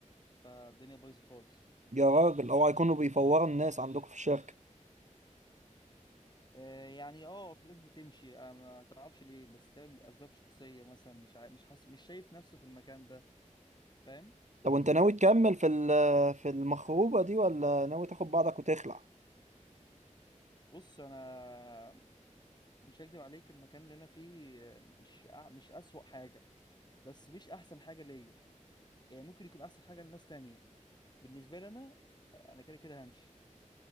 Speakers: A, on the left; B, on the right.
A: فالدنيا بايظه خالص
B: يا راجل اوعى يكونوا بيفوروا الناس عندكم في الشركة
A: آه يعني اه في ناس بتمشي آه ما تعرفش ليه بس تم اسباب شخصيه مثلا مش عا... مش حاسس مش شايف نفسه في المكان ده فاهم
B: طب وانت ناوي تكمل في ال- في المخروبة دي ولا ناوي تاخد بعضك وتخلع
A: بص انا مش هكدب عليك المكان اللي انا فيه آه، مش أع- مش اسوأ حاجه بس مش احسن حاجه ليا يعني ممكن يكون احسن حاجه لناس تانية بالنسبه لي انا انا كده كده همشي